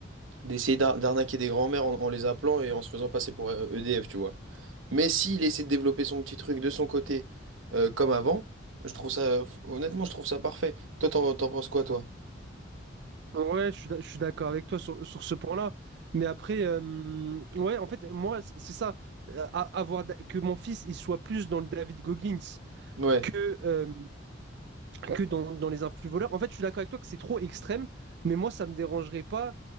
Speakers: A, on the right (about 85°); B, on the right (about 60°).
A: d'essayer d'ar- d'arnaquer des grands-mères en, en les appelant et en se faisant passer pour euh, EDF, tu vois. Mais s'il essaie de développer son petit truc de son côté euh, comme avant, je trouve ça, honnêtement, je trouve ça parfait. Toi, t'en, t'en penses quoi, toi?
B: Ouais, je suis d'ac- je suis d'accord avec toi sur, sur ce point-là. Mais après, euh, ouais, en fait, moi, c- c'est ça. Euh, a- Avoir da- que mon fils, il soit plus dans le David Goggins
A: Ouais,
B: que, euh, que dans, dans les influx voleurs. En fait, je suis d'accord avec toi que c'est trop extrême, mais moi, ça me dérangerait pas